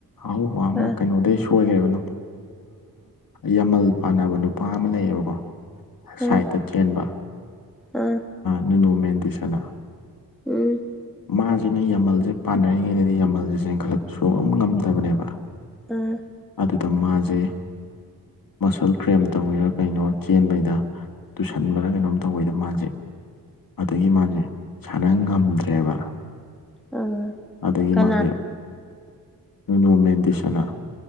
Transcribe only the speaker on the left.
ꯑꯍꯧꯕ ꯑꯃ
ꯀꯩꯅꯣꯗꯩꯁꯨ ꯁꯣꯏꯈ꯭ꯔꯦꯕ ꯌꯥꯝꯃꯜ ꯄꯥꯅꯕ ꯅꯨꯄꯥ ꯑꯃ ꯂꯩꯌꯦꯕ ꯀ ꯁꯥꯏꯠꯇ
ꯆꯦꯟꯕ
ꯅꯨꯨꯅꯨ ꯃꯦꯟꯗꯤꯁꯅ
ꯃꯥꯁꯤꯅ ꯌꯥꯝꯃꯜꯁꯦ ꯄꯥꯟꯅꯔꯤꯉꯩꯗꯗꯤ ꯌꯥꯝꯃꯜꯁꯦ ꯆꯦꯟꯈꯠꯂꯛꯄ ꯁꯣꯔꯣꯛ ꯑꯃ ꯉꯝꯗꯕꯅꯦꯕ
ꯑꯗꯨꯗ ꯃꯥꯁꯦ ꯃꯁꯜ ꯀ꯭ꯔꯦꯝ ꯇꯧꯋꯦꯔꯥ ꯀꯩꯅꯣ ꯆꯦꯟꯕꯩꯗ ꯇꯨꯁꯟꯕꯗ ꯀꯩꯅꯣꯝ ꯇꯧꯕꯋꯦꯗ ꯃꯥꯁꯦ ꯑꯗꯒꯤ ꯃꯥꯁꯦ ꯁꯥꯟꯅ ꯉꯝꯗ꯭ꯔꯦꯕ
ꯑꯗꯒꯤ
ꯃꯥꯁꯦ ꯌꯨꯅꯣ ꯃꯦꯟꯗꯤꯁꯅꯥ